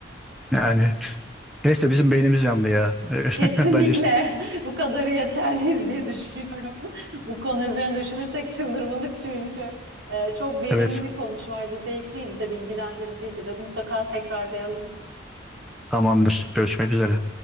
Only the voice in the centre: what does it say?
yani neyse bizim beynimiz yandı ya. <laughs>
Bence
evet
tamamdır. Görüşmek üzere.